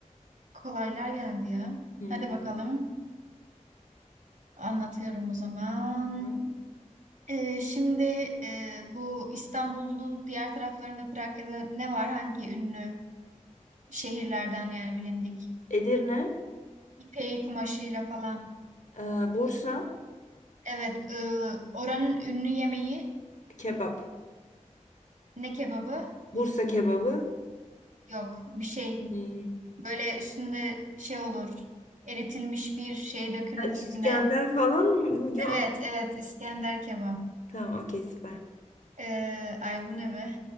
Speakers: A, on the right (about 75°); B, on the left (about 70°).
A: Kolaylar geldi ya.
B: Hmm.
A: Hadi bakalım. Anlatıyorum o zaman.
B: Tamam.
A: Ee, şimdi e, bu İstanbul'un diğer taraflarında Trakya'da ne var? Hangi ünlü şehirlerden yani bilindik?
B: Edirne.
A: İpeği kumaşıyla falan.
B: Ee, Bursa
A: Evet, e, oranın ünlü yemeği
B: kebap.
A: ne kebabı?
B: Bursa kebabı.
A: Yok, bir şey.
B: Hmm.
A: Böyle üstünde şey olur. Eritilmiş bir şey dökülür
B: Ya İskender
A: üstüne.
B: falan mı?
A: Evet,
B: Yok.
A: evet. İskender kebap.
B: Tamam okey süper.
A: Ee, ay bu ne be?